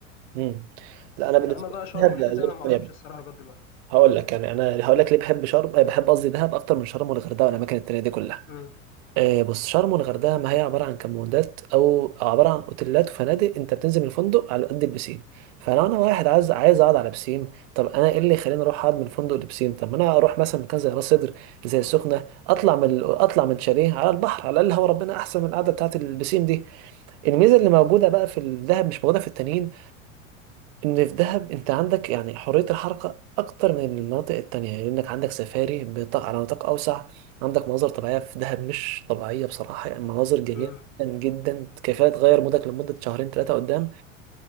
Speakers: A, on the right; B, on the left.
A: مم. لا انا بالنسبه
B: انما بقى شرم
A: لي دهب
B: والحته
A: لا
B: دي
A: زرت
B: انا ما
A: يعني
B: اعرفش الصراحه لغايه دلوقتي
A: هقول لك يعني انا هقول لك ليه بحب شرم آه، بحب قصدي دهب اكتر من شرم والغردقه والاماكن التانيه دي كلها
B: امم
A: آه، بص شرم والغردقه ما هي عباره عن كمبوندات او عباره عن اوتيلات وفنادق انت بتنزل من الفندق على قد البسين فلو انا واحد عايز عايز اقعد على بسين طب انا ايه اللي يخليني اروح اقعد من فندق لبسين طب ما انا اروح مثلا مكان زي راس سدر زي السخنه اطلع من اطلع من شاليه على البحر على الاقل هو ربنا احسن من القعده بتاعت البسين دي الميزه اللي موجوده بقى في الذهب مش موجوده في التانيين ان في الذهب انت عندك يعني حريه الحركه اكتر من المناطق التانية لانك عندك سفاري بنطاق على نطاق اوسع عندك مناظر طبيعيه في دهب مش طبيعيه بصراحه يعني مناظر جميله
B: امم
A: جدا جدا كفايه تغير مودك لمده شهرين ثلاثه قدام